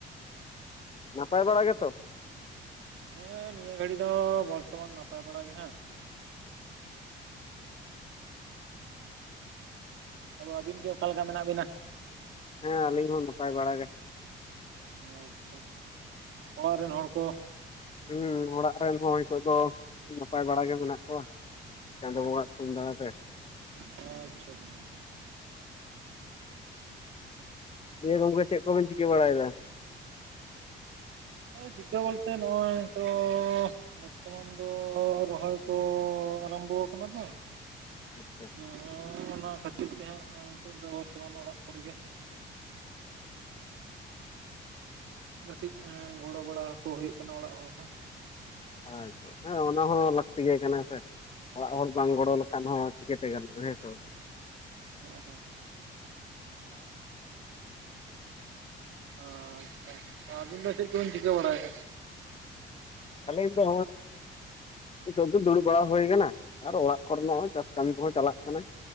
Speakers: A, on the left; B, on the right.
A: ᱱᱟᱯᱟᱭ ᱵᱟᱲᱟ ᱜᱮᱛᱚ?
B: ᱦᱮᱸ ᱱᱤᱭᱟᱹ ᱜᱷᱟᱹᱲᱤ ᱫᱚ ᱵᱚᱨᱛᱚᱢᱟᱱ ᱱᱟᱯᱟᱭ ᱵᱟᱲᱟ ᱜᱮ ᱦᱟᱜ᱾ ᱟᱫᱚ ᱟᱹᱵᱤᱱ ᱜᱮ ᱚᱠᱟᱞᱮ ᱞᱮᱠᱟ ᱢᱮᱱᱟᱜ ᱵᱤᱱᱟ?
A: ᱦᱮᱸ ᱟᱹᱞᱤᱧ ᱦᱚᱸ ᱱᱟᱯᱟᱭ ᱵᱟᱲᱟᱟᱜ ᱜᱮ᱾
B: ᱟᱪᱪᱷᱟ ᱚᱲᱟᱜ ᱨᱮᱱ ᱦᱚᱲ ᱠᱚ?
A: ᱦᱮᱸ ᱚᱲᱟᱜ ᱨᱮᱱ ᱦᱚᱸ ᱱᱤᱛᱚᱜ ᱫᱚ ᱱᱟᱯᱟᱭ ᱵᱟᱲᱟ ᱜᱮ ᱢᱮᱱᱟᱜ ᱠᱚᱣᱟ᱾ ᱪᱟᱸᱫᱚ ᱵᱚᱝᱜᱟ ᱟᱜ ᱛᱷᱩᱢ ᱫᱟᱲᱮ ᱛᱮ
B: ᱟᱪᱪᱷᱟ, ᱟᱪᱪᱷᱟ
A: ᱤᱭᱟᱹ ᱜᱚᱢᱠᱮ ᱪᱮᱫ ᱠᱚᱵᱮᱱ ᱪᱤᱠᱟᱹ ᱵᱟᱲᱟᱭᱮᱫᱟ?
B: ᱦ ᱴᱷᱤᱠᱟᱹ ᱵᱚᱞᱛᱮ ᱱᱚᱚᱭ ᱛᱚᱼᱼ ᱵᱚᱨᱛᱚ ᱢᱟᱱ ᱫᱚ ᱨᱚᱦᱚᱭ ᱫᱚ ᱟᱨᱟᱢᱵᱚ ᱟᱠᱟᱱᱟ ᱛᱚ
A: ᱟᱪᱪᱷᱟ
B: ᱦᱮ ᱚᱱᱟ ᱠᱷᱟᱹᱛᱤᱨ ᱛᱮ ᱦᱟᱸᱜ ᱱᱤᱛᱚᱜ ᱫᱚ ᱵᱚᱨᱛᱚᱢᱟᱱ ᱚᱲᱟᱜ ᱠᱚᱨᱮ ᱜᱮᱼᱼ ᱠᱟᱹᱴᱤᱡ ᱜᱚᱲᱚ ᱵᱟᱲᱟ ᱠᱚ ᱦᱩᱭᱩᱜ ᱠᱟᱱᱟ ᱚᱲᱟᱜ ᱦᱚᱲ ᱠᱚ᱾
A: ᱟᱪᱪᱷᱟ ᱦᱮᱸ ᱚᱱᱟ ᱦᱚᱸ ᱞᱟᱹᱠᱛᱤ ᱜᱮ ᱠᱟᱱᱟ ᱥᱮ ᱚᱲᱟᱜ ᱦᱚᱲ ᱵᱟᱝ ᱜᱚᱲᱚ ᱞᱮ ᱠᱷᱟᱱ ᱦᱚᱸ ᱪᱤᱠᱛᱮ ᱜᱟᱱᱚᱜ-ᱟ ᱦᱮᱸ ᱥᱮ ᱵᱟᱝ
B: ᱦᱮᱸ ᱦᱮᱸ ᱟᱪᱪᱷᱟ ᱟᱤᱱ ᱫᱚ ᱪᱮᱫᱟᱜ ᱠᱚ ᱰᱤᱱ ᱪᱤᱠᱟ ᱵᱟᱲᱟᱭᱟ ᱮᱟ᱾
A: ᱟᱹᱞᱤᱧ ᱫᱚᱼᱼ ᱱᱤᱛᱚᱝ ᱫᱚ, ᱫᱩᱲᱩᱵ ᱵᱟᱲᱟ ᱦᱩᱭ ᱟᱠᱟᱱᱟ ᱟᱨ ᱚᱲᱟᱜ ᱠᱚᱨᱮ ᱱᱟᱜ ᱦᱚᱸ, ᱪᱟᱥ ᱠᱟᱹᱢᱤ ᱠᱚᱦᱚᱸ, ᱪᱟᱞᱟᱜ ᱠᱟᱱᱟ ᱾